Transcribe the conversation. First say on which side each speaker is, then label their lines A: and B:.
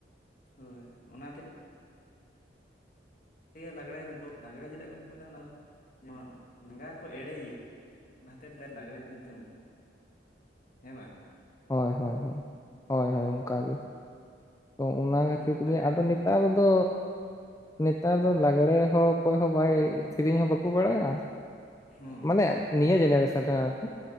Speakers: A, on the left; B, on the left.
A: ᱦᱳᱭ ᱚᱱᱟᱛᱮ ᱞᱟᱸᱜᱽᱲᱮ ᱞᱟᱸᱜᱽᱲᱮ ᱪᱮᱫᱟᱜ ᱠᱚ ᱧᱩᱛᱩᱢ ᱟᱫᱟ ᱚᱱᱟ ᱫᱚ ᱡᱮᱢᱚᱱ ᱞᱟᱸᱜᱟ ᱠᱚ ᱮᱲᱮᱭᱮᱭᱟ᱾ ᱚᱱᱟ ᱦᱚᱛᱮᱫ ᱞᱟᱜᱽᱲᱮ ᱠᱚ ᱧᱩᱛᱩᱢ ᱠᱟᱫᱟ᱾ ᱦᱮᱸ ᱵᱟᱝ?
B: ᱦᱳᱭ ᱦᱳᱭ ᱦᱳᱭ ᱦᱳᱭ ᱦᱳᱭ ᱚᱝᱠᱟ ᱜᱮ ᱛᱚ ᱚᱱᱟ ᱠᱷᱟᱹᱛᱤᱨ
A: ᱛᱮᱫᱚ ᱞᱟᱜᱽᱲᱮ
B: ᱜᱮ ᱟᱫᱚ
A: ᱠᱚ ᱮᱱᱮᱡ
B: ᱱᱮᱛᱟᱨ
A: ᱛᱟᱦᱮᱸᱱ
B: ᱫᱚ ᱱᱮᱛᱟᱨ ᱫᱚ ᱞᱟᱜᱽᱲᱮ ᱦᱚᱸ ᱚᱠᱚᱭ ᱦᱚᱸ ᱵᱟᱭ ᱥᱮᱨᱮᱧ ᱦᱚᱸ ᱵᱟᱠᱚ ᱵᱟᱲᱟᱭᱟ
A: ᱦᱩᱸ
B: ᱢᱟᱱᱮ ᱱᱤᱭᱟᱹ ᱡᱮᱱᱮᱨᱚᱥᱚ <unintelligible>